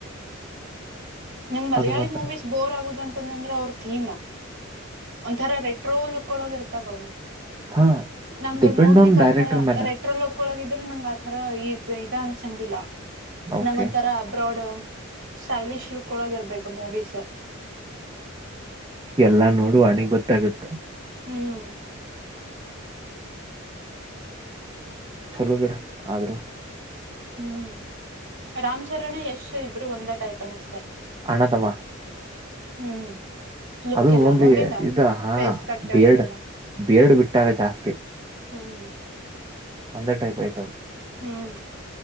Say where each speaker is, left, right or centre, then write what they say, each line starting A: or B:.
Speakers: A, on the right; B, on the right.
A: ನಂ್ ಮಲಯಾಳಿ
B: ಅದು ಮಾತ್ರ
A: ಮೂವೀಸ್ ಬೋರ್ ಆಗುದ ಅಂತಂದಂದ್ರ ಅವ್ರ ಥೀಮ್ ಒಂಥರ ರೆಟ್ರೋ ಲುಕ್ ಕೊಳೋಗಿರ್ತಾವಾವು
B: ಹಾ
A: ನಂಗ
B: ಡಿಪೆಂಡ್
A: ನೋಡ್ಲಿಕ್
B: ಆನ್ ಡೈರೆಕ್ಟರ್
A: ಆತರ
B: ಮೇಲೆ
A: ರೆಟ್ರೋಲ್ ಒಕ್ಕೊಳಗಿದ್ರೆ ನಂಗ ಆತರ ಈ ಇದ ಅನ್ಸಂಗಿಲ್ಲ
B: ಓಕೆ
A: ನಂಗ ಒಥರ ಅಬ್ರಾಡ್ ಸ್ಟೈಲಿಷ್ ಲುಕ್ ಕ್ಕಳೋಗಿರ್ಬೇಕು ಮೂವೀಸ್
B: ಎಲ್ಲಾ ನೋಡುವನಿ ಗೊತ್ತಾಗುತ್ತ
A: ಹ್ಮ್
B: ಚಲೋ ಬೀಡ ಆದ್ರೂ
A: ಹ್ಮ್ ರಾಮ್ಚರಣೆ ಯಶು ಇಬ್ರು ಒಂದ ಟೈಪನ ಸರ್
B: ಅಣತಮ
A: ಹ್ಮ್ ಲುಕ್
B: ಅದು
A: ಎಲ್ಲ
B: ಒಂದು
A: ಹೌದಿಲ್ಲ
B: ಇದ ಹಾ
A: ಫೇಸ್ ಕಟ್
B: ಬಿ
A: ಇದೆಲ್ಲ
B: ಎಡ್ ಬಿ ಎಡ್ ಬಿಟ್ಟಾಗ ಜಾಸ್ತಿ
A: ಹ್ಮ್
B: ಒಂದೇ ಟೈಪ್ ಆಯ್ತು
A: ಹ್ಮ್